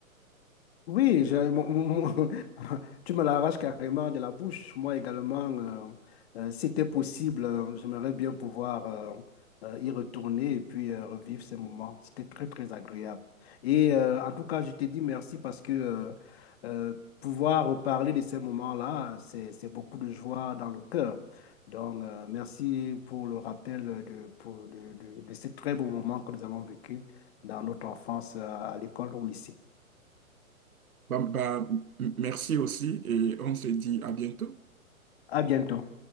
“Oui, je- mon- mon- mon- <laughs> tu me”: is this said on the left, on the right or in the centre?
Left